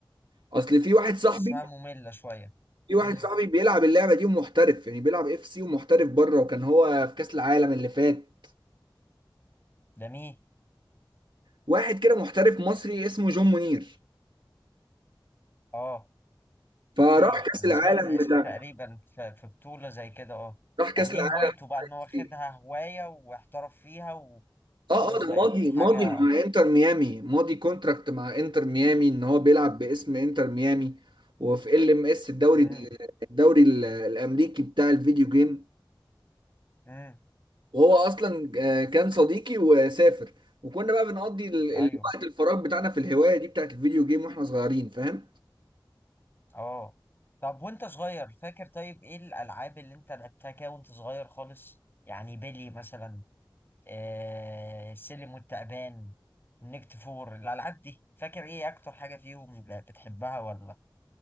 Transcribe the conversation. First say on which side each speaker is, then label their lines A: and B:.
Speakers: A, on the right; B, on the left.
A: اصل في واحد
B: بحسها
A: صاحبي
B: مملة شوية
A: في واحد
B: امم
A: صاحبي بيلعب اللعبه دي ومحترف يعني بيلعب اف سي ومحترف بره وكان هو في كاس العالم اللي فات
B: ده مين
A: واحد كده محترف مصري اسمه جون منير
B: اه
A: فراح
B: اوكي
A: كاس
B: انا
A: العالم
B: سمعت الاسم
A: بتاع
B: تقريبا في في بطولة زي كده اه
A: راح
B: يعني
A: كاس
B: دي
A: العالم
B: هوايته بقى ان هو
A: كتير.
B: خدها هواية واحترف فيها وخلاص
A: اه اه ده
B: بقت
A: ماضي
B: حاجة
A: ماضي مع انتر ميامي ماضي كونتراكت مع انتر ميامي ان هو بيلعب باسم انتر ميامي وفي ال ام اس الدوري
B: امم
A: الدوري ال- الامريكي بتاع الفيديو جيم
B: امم
A: وهو اصلا آه، كان صديقي وسافر وكنا بقى بنقضي ال- ال-
B: ايوه
A: الوقت الفراغ بتاعنا في الهواية دي بتاعت الفيديو جيم واحنا صغيرين فاهم
B: اه طب وانت صغير فاكر طيب ايه الالعاب اللي انت لعبتها كده وانت صغير خالص يعني بيلي مثلا آه السلم والتعبان ونكت فور الالعاب دي فاكر ايه اكتر حاجة فيهم بتحبها ولا